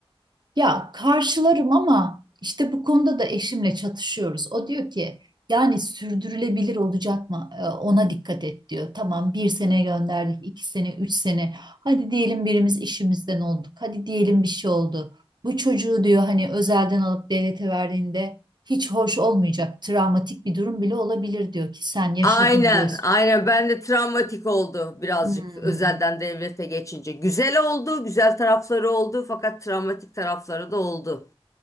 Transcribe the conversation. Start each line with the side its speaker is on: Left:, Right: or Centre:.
Right: Ya karşılarım ama işte bu konuda da eşimle çatışıyoruz. O diyor ki yani sürdürülebilir olacak mı? Ee, Ona dikkat et diyor. Tamam bir sene gönderdik, iki sene, üç sene. Hadi diyelim birimiz işimizden olduk. Hadi diyelim bir şey oldu. Bu çocuğu diyor hani özelden alıp devlete verdiğinde hiç hoş olmayacak. Travmatik bir durum bile olabilir diyor ki sen yaşadın
Left: Aynen,
Right: diyorsun.
Left: aynen. Ben de travmatik oldu birazcık
Right: Hmm.
Left: özelden devlete geçince. Güzel oldu, güzel tarafları oldu fakat travmatik tarafları da oldu